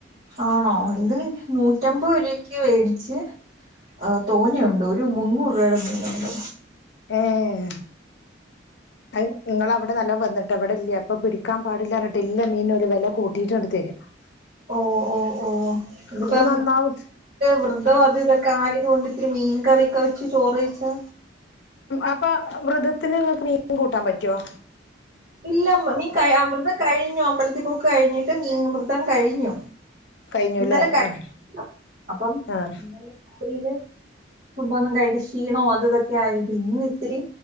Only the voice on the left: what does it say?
ഏഹ് അത് നിങ്ങളവിടെ നല്ലോം വന്നിട്ട ഇവിടെ ഇല്ലേ ഇപ്പൊ പിടിക്കാൻ പാടില്ലാഞ്ഞിട്ട് ഇല്ല മീന് ഓല് വില കൂട്ടിയിട്ട് തരും <inaudible>
അത് നന്നാവും
അപ്പൊ വൃതത്തിന് നിങ്ങക്ക് മീൻ കൂട്ടാൻ പറ്റുമോ
കഴിഞ്ഞുല്ലേ
ആഹ്
ആഹ്